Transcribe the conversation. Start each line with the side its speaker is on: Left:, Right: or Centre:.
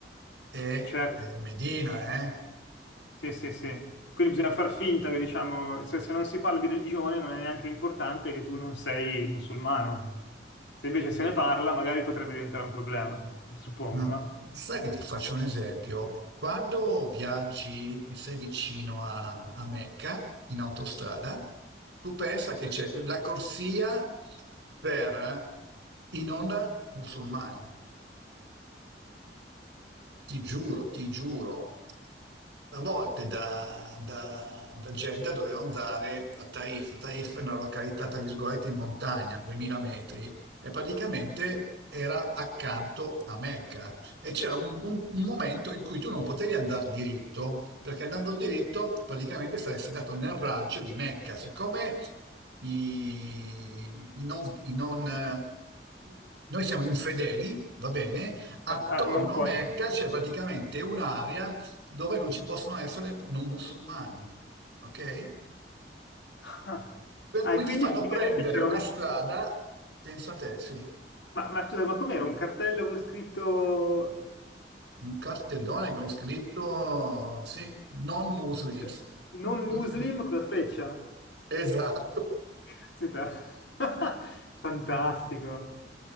Right: e
Left: certo,
Right: eh, Medina, eh?
Left: sì, sì, sì. Quindi bisogna far finta che, diciamo, se, se non si parla di religione non è neanche importante che tu non sei musulmano. Se invece se ne parla, magari potrebbe diventare un problema, suppongo,
Right: Eh,
Left: no?
Right: Sai che ti faccio un esempio? Quando viaggi e sei vicino a, a Mecca in autostrada, tu pensa che c'è la corsia per i non musulmani ti giuro, ti giuro, a volte da, da- da Jeddah dovevo andare a Taif. Taif è una località, tra virgolette, in montagna, 2000 metri, e praticamente era accanto a Mecca. E c'era un, un- un momento in cui tu non potevi andare diritto, perché andando diritto praticamente saresti andato nel raggio di Mecca. Siccome i, i non, i non, eh, noi siamo infedeli, va bene? attorno
Left: Ah, non puoi.
Right: a Mecca c'è praticamente un'area dove non ci possono essere non musulmani, ok?
Left: <laughs>
Right: Per
Left: Ah,
Right: cui
Left: e quindi
Right: ti fanno
Left: praticamente
Right: prendere
Left: c'era
Right: una
Left: un...
Right: strada, pensa te, sì,
Left: Ma, ma scusa, ma com'era un cartello con scritto
Right: un cartellone con scritto, sì, non Muslims.
Left: cioè, non muslim
Right: Mhm,
Left: con la freccia?
Right: Esatto.
Left: Caspita. <laughs> Fantastico.